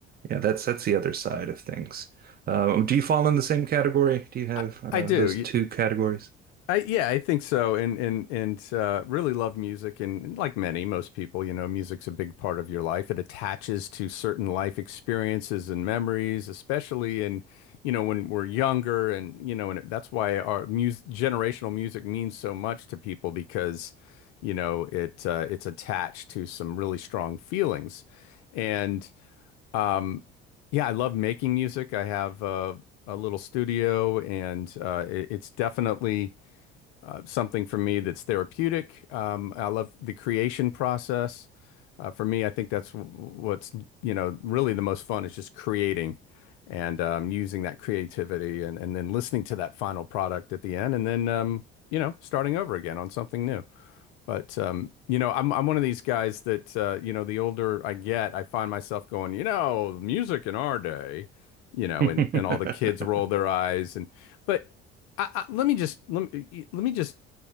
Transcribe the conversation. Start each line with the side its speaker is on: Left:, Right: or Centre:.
Right: Yeah, that's that's the other side of things. Um, do you fall in the same category? Do you have
Left: I,
Right: uh,
Left: I do.
Right: those two categories?
Left: I yeah, I think so, and and and uh, really love music, and and like many, most people, you know, music's a big part of your life. It attaches to certain life experiences and memories, especially in, you know, when we're younger, and you know, and that's why our mus generational music means so much to people because, you know, it uh, it's attached to some really strong feelings, and um, yeah, I love making music. I have uh, a little studio, and uh, it, it's definitely something for me that's therapeutic. Um, I love the creation process. Uh, for me, I think that's what's, you know, really the most fun is just creating and um, using that creativity and, and then listening to that final product at the end and then, um, you know, starting over again on something new. But, um, you know, I'm, I'm one of these guys that, uh, you know, the older I get, I find myself going, you know, music in our day, you know,
Right: <laughs>
Left: and, and all the kids roll their eyes. And, but I, I, let me just, let me, let me just